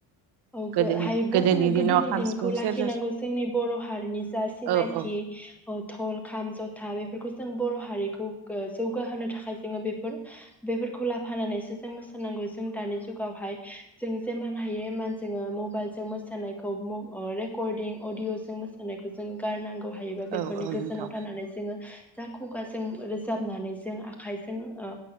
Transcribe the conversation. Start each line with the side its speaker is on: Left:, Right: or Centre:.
Centre: औ
Right: गोदोनि
Centre: गो हायोब्ला जोङो
Right: दिनाव
Centre: गोदोनि
Right: खाम
Centre: दिनखौ
Right: सिफुं
Centre: लाखिनांगौ
Right: सेरजा
Centre: जोंनि बर' हारिनि जा सिनायथि
Right: औ औ
Centre: ओ धल, खाम, जथा बेफोरखौ जों बर' हारिखौ गो जौगाहोनो थाखाय जोङो बेफोर बेफोरखौ लाफानानैसो जों मोसानांगौ जों दानि जुगावहाय जों जेमान हायो एमान जोङो मबाइल जों मोसानायखौ म' ओ रेकर्डिं अदिअ' जों मोसानायखौ जों गारनांगौ। हायोबा बेफोरनि
Right: औ औ
Centre: गोजानाव
Right: नोंथां
Centre: थानानै जोङो जा खुगाजों रोजाबनानै जों आखायजों ओ